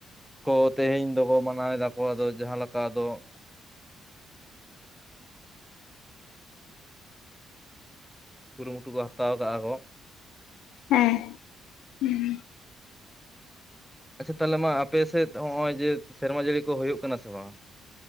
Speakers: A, in the centre; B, on the left.
A: ᱠᱚ, ᱛᱮᱦᱮᱧ ᱫᱚᱵᱚ, ᱢᱟᱱᱟᱣ ᱮᱫᱟ ᱠᱚ, ᱟᱫᱚ ᱡᱟᱦᱟᱸ ᱞᱮᱠᱟ ᱟᱫᱚ ᱠᱩᱨᱩ ᱢᱩᱴᱩ ᱠᱚ, ᱦᱟᱛᱟᱣ ᱠᱟᱜᱼᱟ ᱠᱚ ᱾
B: ᱦᱮᱸᱻ ᱦᱩᱸ ᱾
A: ᱟᱪᱷᱟ ᱛᱟᱞᱦᱮ ᱢᱟ, ᱟᱯᱮ ᱥᱮᱫ ᱦᱚᱸᱜ ᱚᱭ ᱡᱮ, ᱥᱮᱨᱢᱟ ᱡᱟᱹᱲᱤ ᱠᱚ, ᱦᱩᱭᱩᱜ ᱠᱟᱱᱟ ᱥᱮ ᱵᱟᱝ?